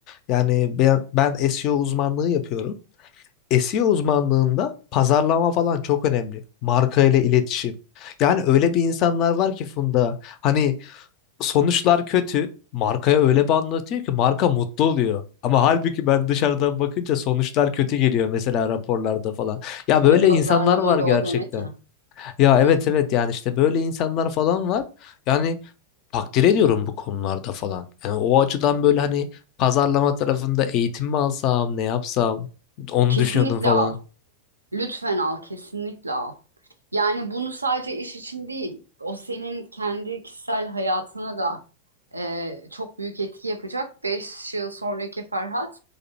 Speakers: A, on the left; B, on the right.
A: Yani ben, ben SEO uzmanlığı yapıyorum. SEO uzmanlığında pazarlama falan çok önemli. Marka ile iletişim. Yani öyle bir insanlar var ki Funda hani sonuçlar kötü. Markaya öyle bir anlatıyor ki marka mutlu oluyor. Ama halbuki ben dışarıdan bakınca sonuçlar kötü geliyor mesela raporlarda falan. Ya böyle
B: E, pazarlama
A: insanlar var gerçekten.
B: da o demek ya.
A: Ya evet
B: Hı hı.
A: evet yani işte böyle insanlar falan var. Yani takdir ediyorum bu konularda falan. Yani o açıdan böyle hani pazarlama tarafında eğitim mi alsam, ne yapsam onu
B: Kesinlikle
A: düşünüyordum falan.
B: al. Lütfen al. Kesinlikle al. Yani bunu sadece iş için değil. O senin kendi kişisel hayatına da Ee, çok büyük etki yapacak. Beş yıl sonraki Ferhat